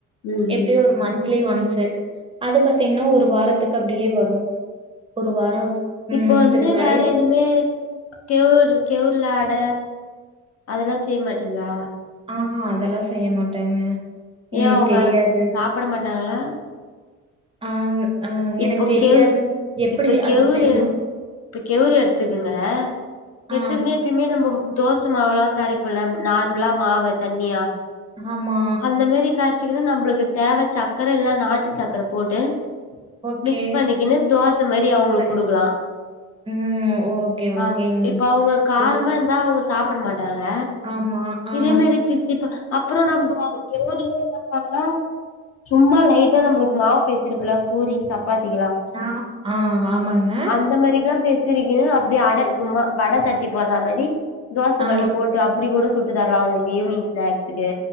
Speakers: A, on the left; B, on the right.
A: ம்
B: எப்டியு ஒரு மந்த்லி ஒன்சு அது பாத்தீங்கன்னா ஒரு வாரத்துக்கு அப்டியே வரு ஒரு வாரோ ம்
A: இப்போ வந்து
B: த்துக்கு மேலயு
A: வேற எதுமே கெவுர் கெவுர்ல அட அதெல்லா செய்ய மாட்டீங்களா
B: ஆஹா அதெல்லா செய்ய மாட்டேங்க எங்களுக்கு
A: ஏ உங்க
B: தெரியாது
A: சாப்ட்ட மாட்டாங்களா
B: ஆ ஆ
A: இப்ப
B: எனக்கு தெரியாது
A: கேவ்
B: எப்டி
A: இப்ப கேவுரு
B: அது செய்யணு
A: இப்ப கேவுர எடுத்துக்கங்க எடுத்துக்குனே
B: ஆ
A: எப்பயுமே நம்ம தோச மாவுல்லா கரைப்போல்ல நார்மலா மாவு தண்ணியா
B: ஆமா
A: அந்த மாரி காரச்சிக்குனு நம்மளுக்கு தேவ சக்கர இல்ல நாட்டு சக்கர போட்டு
B: ஓகே
A: மிக்ஸ் பண்ணிக்கினு தோச மாரி அவுங்களுக்
B: சரி
A: குடுக்கலா
B: ம் ஓகே
A: ஆமா
B: ஓகேங்
A: இப்ப அவுங்க காரமா
B: சரி
A: இருந்தா அவுங்க சாப்ட மாட்டாங்க
B: ஆமா ஆ
A: இதே மாரி தித் தீப்பா அப்புறோ நம்போ எல்லா <unintelligible> தா பண்லா சும்மா லைட்டா நம்மளுக்கு மாவு பேசிறிப்பல பூரி சப்பாத்திக்ளா
B: ஆ ஆ ஆமாங்க
A: அந்த மாதில்லா பேசி சிரிக்கனு அப்டியே அட சும்மா வட தட்டி போட்றா மாரி தோச
B: ஆ
A: கல்ல போட்டு அப் இப்புடி கூடோ சுட்டு தர்லா அவுங்களுக்கு ஈவ்னிங் ஸ்நாக்ஸ்சுக்கு